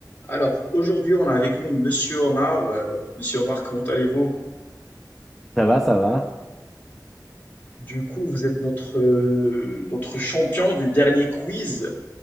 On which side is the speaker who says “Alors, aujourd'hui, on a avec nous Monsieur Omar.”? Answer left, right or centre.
Left